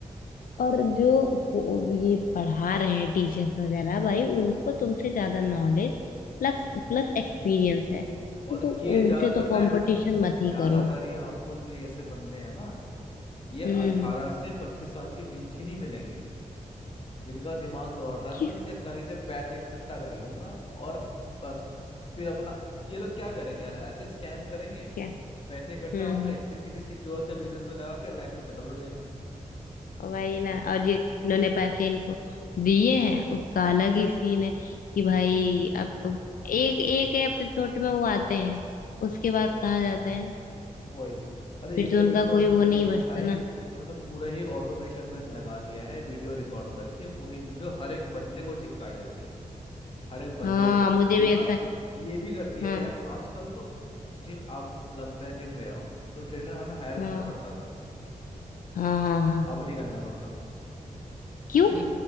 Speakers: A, on the left; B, on the left.
A: और जो को- ये पढ़ा रहे हैं टीचर्स वगैरह भाई उनको तुमसे ज्यादा नॉलेज प्लस प्लस एक्सपीरियंस है तो
B: और
A: तुम
B: ये
A: उनसे
B: ज्यादातर
A: तो कंपटीशन
B: ना
A: मत
B: ज्यादातर
A: ही करो
B: ही आपको जो ये ऐसे बंदे हैं ना ये
A: हम्म
B: अठारह से पच्चीस साल के बीच के ही मिलेंगे जिनका दिमाग दौड़ रहा है
A: क्या
B: बस क्या कहीं से पैसे इकट्ठा कर लूं मैं और बस फिर अपना ये लोग क्या करेंगे यार ऐसे स्कैम करेंगे
A: क्या?
B: पैसे
A: हम्म
B: इकट्ठा होंगे
A: हम्म
B: फिर किसी सिक्योर से बिजनेस
A: हम्म।
B: में लगा के लाइफ में सेटल हो जाएंगे
A: वही ना और जिन्होंने पैसे इनको दिए हैं उसका अलग ही सीन है कि भाई अब तो एक एक एपिसोड में वो आते हैं उसके बाद कहाँ जाते हैं
B: वही अरे
A: फिर
B: एक
A: तो
B: एपिसोड
A: उनका कोई वो
B: में
A: नहीं
B: भी नहीं है
A: बचता
B: भाई
A: ना
B: इनमें तो पूरा ही ऑटोमेशन में लगा दिया है वीडियो रिकॉर्ड हो रखी है वही वीडियो हर एक बंदे को चिपकाई जाती है हर एक बंदे
A: हाँ
B: को
A: मुझे भी
B: इवन
A: ऐसा
B: ये भी कर दिया
A: हाँ
B: है यार आजकल तो जिम अब मतलब मैं जिम गया हूँ तो ट्रेनर हमें हायर करना
A: हाँ
B: पड़ता था
A: हाँ हाँ हाँ
B: अब नहीं करना पड़ता
A: क्यों
B: क्यों